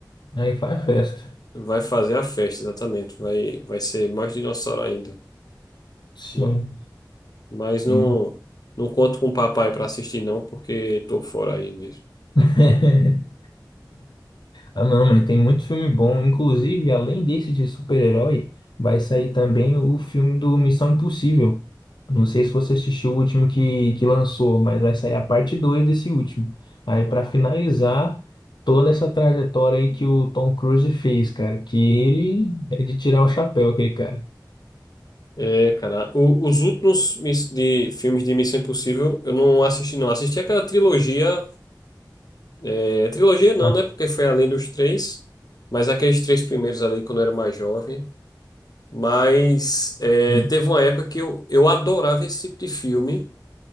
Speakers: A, on the left; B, on the left.
A: Aí faz festa.
B: vai fazer a festa, exatamente. Vai vai ser mais dinossauro ainda.
A: Sim.
B: Ma- Mas não
A: Sim.
B: não conto com o papai para assistir não, porque tô fora aí mesmo.
A: <laughs> Ah, não, mas tem muito filme bom. Inclusive, além desse de super-herói, vai sair também o filme do Missão Impossível. Não sei se você assistiu o último que, que lançou, mas vai sair a parte 2 desse último. Aí, pra finalizar toda essa trajetória aí que o Tom Cruise fez, cara, que ele é de tirar o chapéu, aquele cara.
B: É, cara, o- os últimos miss- de filmes de Missão Impossível eu não assisti, não. Assisti aquela trilogia, é, trilogia não,
A: Ah,
B: né? Porque foi além dos três, mas aqueles três primeiros ali quando eu era mais jovem. Mas é,
A: hum,
B: teve uma época que eu, eu adorava esse tipo de filme